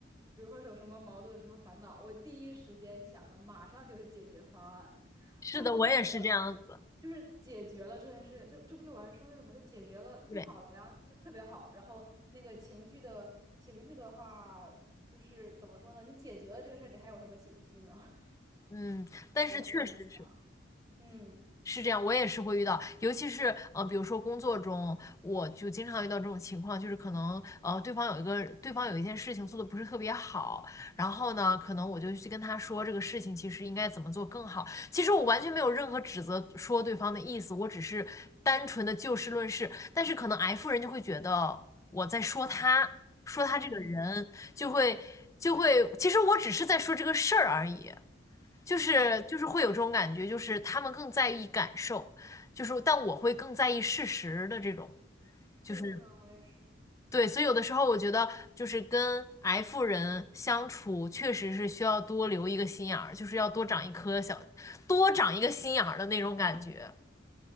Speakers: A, on the right; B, on the left.
A: 比如说是有什么矛盾、有什么烦恼，我第一时间想的马上就是解决方案。
B: 是的，
A: 就我会觉得，
B: 我也是这样子。
A: 就是解决了这件事情，就这不就完事儿了吗？就解决了就好了呀，
B: 对，
A: 就特别好。然后那个情绪的情绪的话，就是怎么说呢？你解决了这个事儿，你还有什么情绪呢？<laughs>
B: 嗯，但是确实是。
A: 我是这么想。嗯
B: 是这样，我也是会遇到，尤其是呃，比如说工作中，我就经常遇到这种情况，就是可能呃，对方有一个对方有一件事情做的不是特别好，然后呢，可能我就去跟他说这个事情其实应该怎么做更好。其实我完全没有任何指责说对方的意思，我只是单纯的就事论事。但是可能 F 人就会觉得我在说他，说他这个人，
A: 嗯，
B: 就会就会，其实我只是在说这个事儿而已。就是就是会有这种感觉，
A: 对，
B: 就是他们更在意感受，就是但我会更在意事实的这种，
A: 是的，
B: 就是
A: 是的，我也是。
B: 对，所以有的时候我觉得就是跟 F 人相处，确实是需要多留一个心眼儿，就是要多长一颗小，多长一个心眼儿的那种感觉，